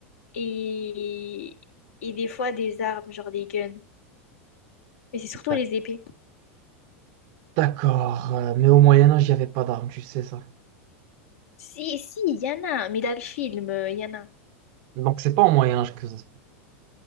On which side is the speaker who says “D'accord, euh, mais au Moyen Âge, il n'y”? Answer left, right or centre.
Right